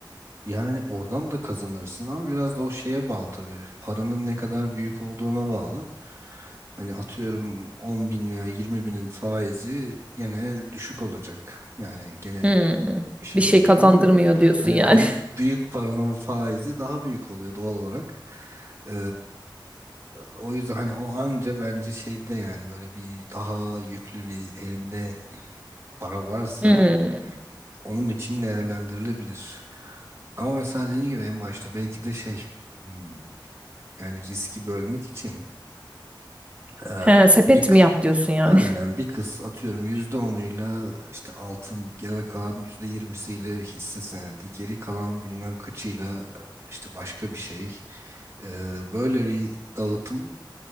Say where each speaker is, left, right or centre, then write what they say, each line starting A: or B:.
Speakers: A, on the right; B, on the right.
A: yani oradan da kazanırsın ama biraz da o şeye bağlı tabii. Paranın ne kadar büyük olduğuna bağlı. Hani atıyorum 10 bin veya 20 binin faizi gene düşük olacak. Yani gene
B: Hmm.
A: şey
B: Bir şey
A: olacak
B: kazandırmıyor
A: ama
B: diyorsun
A: hani
B: yani.
A: büyük büyük paranın faizi daha büyük oluyor doğal olarak. Ee, o yüzden hani o anca bence şeyde yani böyle bir daha yüklü bir elinde para varsa
B: <laughs> Hmm.
A: onun için değerlendirilebilir. Ama mesela dediğim gibi en başta belki de şey hmm, yani riski bölmek için e,
B: He, sepet
A: bir k-
B: mi yap diyorsun yani?
A: aynen
B: <laughs>
A: bir kız atıyorum yüzde onuyla işte altın geri kalan yüzde yirmisiyle hisse senedi geri kalan bilmem kaçıyla e, işte başka bir şey. E, böyle bir dağıtım